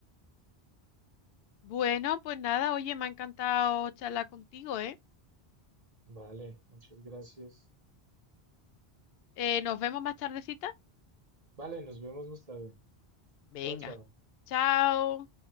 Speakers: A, on the left; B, on the right.
A: Bueno, pues nada, oye, me ha encantado charlar contigo, ¿eh?
B: Vale, muchas gracias.
A: Eh, nos vemos más tardecita.
B: Vale, nos vemos más tarde.
A: Venga.
B: Chao, chao.
A: Chao.